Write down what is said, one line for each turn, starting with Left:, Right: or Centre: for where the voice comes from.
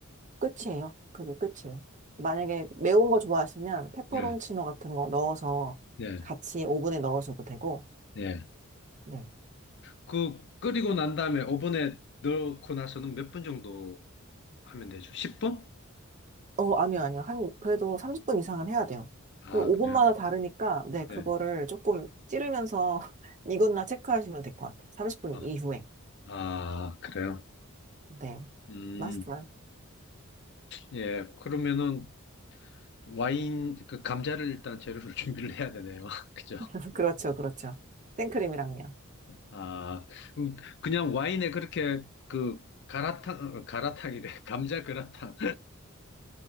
Right: 끝이에요. 그게 끝이에요. 만약에 매운 거 좋아하시면 페퍼론치노
Left: 예.
Right: 같은 거 넣어서
Left: 예.
Right: 같이 오븐에 넣으셔도 되고,
Left: 예.
Right: 네.
Left: 그 끓이고 난 다음에 오븐에 넣고 나서는 몇 분 정도 하면 되죠? 10분?
Right: 어, 아니요, 아니요. 한, 그래도 30분 이상은 해야 돼요.
Left: 아,
Right: 그 5분마다
Left: 그래요?
Right: 다르니까, 네, 그거를
Left: 예.
Right: 조금 찌르면서 <laughs> 익었나 체크하시면 될 것 같아요. 30분
Left: 아,
Right: 이후에.
Left: 아, 그래요?
Right: 네.
Left: 음,
Right: 맛있어요.
Left: 예. 그러면은 와인, 그 감자를 일단 재료를 <laughs> 준비를 해야 되네요. <laughs> 그죠?
Right: <laughs> 그렇죠, 그렇죠. 생크림이랑요.
Left: 아, 음, 그냥 와인에 그렇게 그 가라탕, 어, 가라탕이래. <laughs> 감자 그라탕.